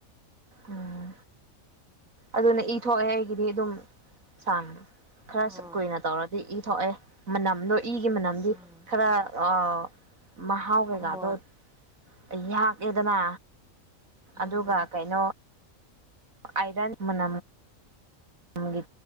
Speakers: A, on the right (about 85°); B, in the centre.
A: ꯑꯣ ꯑꯗꯨꯅ ꯏ ꯊꯣꯛꯑꯦ ꯑꯩꯒꯤꯗꯤ ꯑꯗꯨꯝ ꯁꯝ ꯈꯔ
B: ꯍꯣꯏ
A: ꯀꯨꯏꯅ ꯇꯧꯔꯗꯤ ꯏ ꯊꯣꯛꯑꯦ ꯃꯅꯅ ꯏꯒꯤ ꯃꯅꯝꯗꯤ
B: ꯎꯝ
A: ꯈꯔ ꯑꯥ ꯃꯍꯍꯥꯎꯥꯎꯒꯦꯒꯗ
B: ꯍꯣꯏ
A: ꯑꯩꯍꯥꯛꯑꯦꯗꯅ
B: ꯎꯝ
A: ꯑꯗꯨꯒ ꯀꯩꯅꯣ ꯑꯥꯏꯔꯟ ꯃꯝ ꯍꯪꯦ